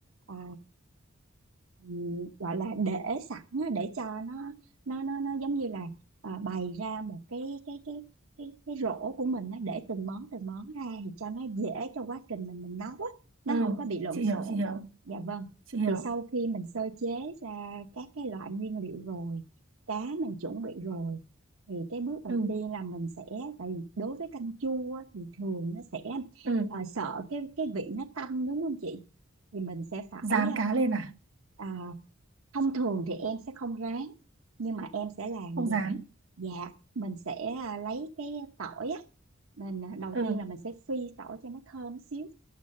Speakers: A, on the right; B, on the right.
A: à, ừm, gọi là để sẵn á, để cho nó nó nó nó giống như là à, bày ra một cái cái cái cái cái rổ của mình nó để từng món từng món ra thì cho nó dễ cho quá trình mình mình nấu á, nó
B: Ừ.
A: không có bị lộn
B: Chị
A: xộn.
B: hiểu chị hiểu.
A: Dạ vâng.
B: Chị hiểu.
A: Thì sau khi mình sơ chế ra các cái loại nguyên liệu rồi, cá mình chuẩn bị rồi thì cái bước đầu
B: Ừ.
A: tiên là mình sẽ tại vì đối với canh chua á, thì thường nó sẽ
B: Ừ.
A: ờ, sợ cái cái vị nó tanh đúng không chị thì mình sẽ phải
B: Rán cá lên à?
A: ờ, à, thông thường thì em sẽ không rán nhưng mà em sẽ làm
B: Không
A: vậy
B: rán.
A: nè dạ mình sẽ à, lấy cái tỏi á mình à, đầu
B: Ừ.
A: tiên là mình sẽ phi tỏi cho nó thơm xíu